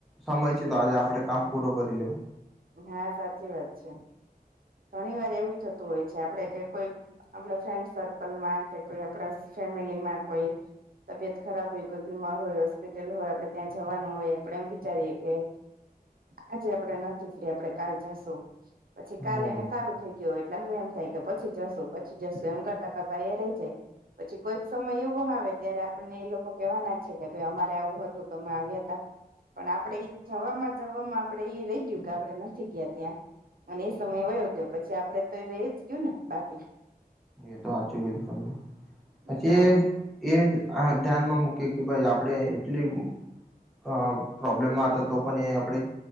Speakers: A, in the centre; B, on the right (about 65°).
A: સમય છે તો આજે આપણે કામ પૂરું કરી લેવું.
B: હા સાચી વાત છે. ઘણી વાર એવું થતું હોય છે આપણે કે કોઈ... આપણા ફ્રેન્ડ સર્કલમાં કે કોઈ આપણા ફેમેલીમાં કોઈક.. તબિયત ખરાબ હોય, કોઈ બીમાર હોય, હોસ્પિટલમાં હોય, આપણે ત્યાં જવાનું હોય, આપણે એમ વિચારીએ કે... આજે આપડે નથી ફ્રી, આપણે કાલે જઈશું. કાલે
A: હમ
B: ને સારું થઈ ગયું, એટલે હવે એમ થાય કે પછી જઈશું, પછી જઈશું એમ કરતાં કરતાં એ રહી જાય. પછી કોઈક સમય એવો આવે ત્યારે આપણને એ લોકો કહેવાના છે કે, ભાઈ, અમારે આવું હતું તો અમે આવ્યા હતા. પણ આપણે એ જવામાં-જવામાં એ રહી ગયું કે આપણે ત્યાં નથી ગયા અને... સમય વહી ગયો, પછી આપણે તો એ રહી જ ગયું ને, બાકી.
A: એ તો હાચુ કીધું તમે
B: તો
A: પછી.. એ જ ધ્યાનમાં મૂકીને કે, ભાઈ, આપણે એટલી... એ પ્રોબ્લેમ હતો તો પણ એ આપણે